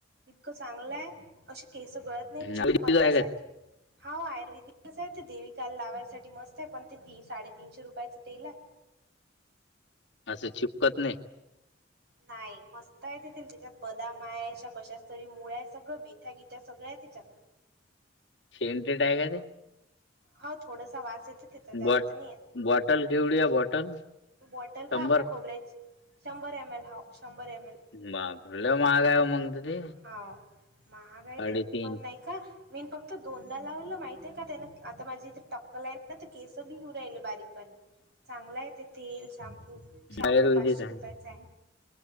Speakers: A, on the right; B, on the left.
A: इतकं चांगलंय असं केस गळत नाही चटपत्यासाठी
B: नाविक आहे का ते?
A: हा आयुर्वेदिकच आहे ते. देविकाला लावायसाठी मस्त आहे पण ते ती साडेतीनशे रुपयाचं तेल आहे.
B: असं चिपकत नाही?
A: नाही मस्त आहे ते तेल. त्याच्यात बदाम आहे. अशा कशाच तरी मुळ्या आहे सगळं मेथ्या गीथ्या सगळ्या आहे त्याच्यात.
B: सेंटेड आहे का ते?
A: हा थोडासा वास येतो त्याचा
B: ते
A: जास्त
B: बॉट
A: नाही येत.
B: बॉटल केवढी आहे बॉटल?
A: बॉटल
B: शंभर
A: का आपल्या खोबऱ्याची शंभर एम एल हाव शंभर एम एल.
B: बापरे लई महाग आहे मग तर ते.
A: हा महागाय
B: साडेतीन
A: ते पण नाही का मी फक्त दोनदा लावल माहिते का त्यान, आता माझी इथे टक्कल आहे ना तर केस बी येऊन राहिले बारीक बारीक. चांगलं आहे ते तेल, शॅम्पू,
B: बाहेर
A: शॅम्पू
B: वेगळीच
A: पाचशे रुपयाचा आहे.